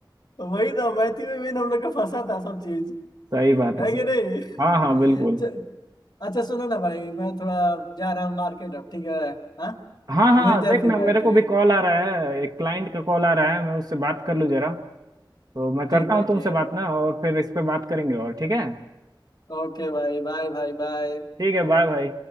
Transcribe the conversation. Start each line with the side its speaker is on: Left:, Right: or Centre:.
Left: वही ना मैथी में भी हम लोग का फंसा था सब चीज
Right: सही बात
Left: है
Right: है सही
Left: कि नहीं
Right: हाँ हाँ बिल्कुल
Left: <laughs> च- अच्छा सुनो ना भाई मैं थोड़ा जा रहा हूँ मार्केट अब ठीक है हाँ
Right: हाँ हाँ
Left: मिलते
Right: देख
Left: हैं फिर
Right: ना
Left: भाई
Right: मेरे
Left: ठीक
Right: को भी कॉल आ रहा है एक क्लाइंट का कॉल आ रहा है मैं उससे बात कर लूँ जरा तो मैं करता
Left: ठीक भाई
Right: हूँ तुमसे
Left: ठीक
Right: बात
Left: है
Right: ना और फिर इस पे बात करेंगे और ठीक है
Left: ओके भाई बाय भाई बाय
Right: ठीक है बाय भाई